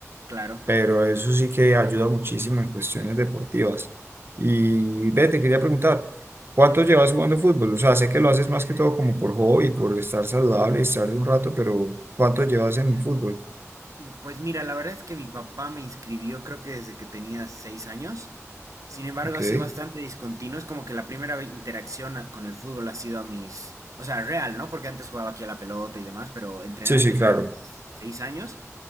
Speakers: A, on the right; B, on the right.
A: claro.
B: pero eso sí que ayuda muchísimo en cuestiones deportivas. Y ve, te quería preguntar, ¿cuánto llevas jugando fútbol? O sea, sé que lo haces más que todo como por hobby, por estar saludable y estar un rato, pero ¿cuánto llevas en el fútbol?
A: Mm, Pues mira, la verdad es que mi papá me inscribió creo que desde que tenía seis años. Sin embargo,
B: Ok.
A: ha sido bastante discontinuo. Es como que la primera ve- interacción a- con el fútbol ha sido a mis, o sea, real, ¿no? Porque antes jugaba aquí a la pelota y demás, pero entrenar,
B: Sí, sí,
A: entrenar
B: claro.
A: a mis seis años.